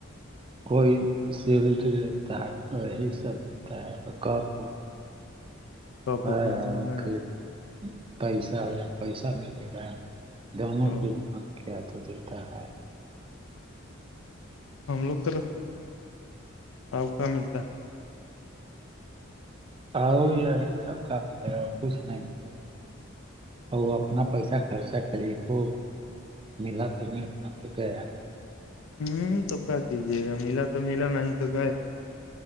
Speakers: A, on the right (about 25°); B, on the left (about 75°).
A: کوئی سیور ملتا ہے تو وہی سب ملتا ہے پ کپ وپ <unintelligible>
B: کپ
A: ہاں
B: وپ ملتا
A: ہاں
B: ہے
A: اوک
B: نا
A: <unintelligible> پیسہ ہو یا پیسہ ملے گا دونوں
B: اور
A: چیز من کیا تو دیتا ہے
B: ہم لوگ تو اؤقا ملتا ہے <unintelligible>
A: آ یار اب کیا ملے گا کچھ نہیں ملے گا <unintelligible>
B: ہے
A: اور وہ اپنا پیسہ خرچہ کرے <unintelligible> ملا تو ملنا تو گیا
B: ہوں تو کیا کیجیے گا ملا تو ملا نہیں تو گیا